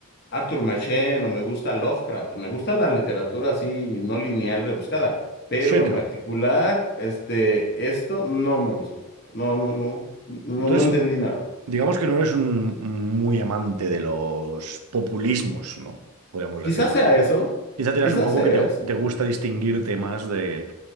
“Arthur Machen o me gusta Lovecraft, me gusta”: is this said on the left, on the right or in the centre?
Left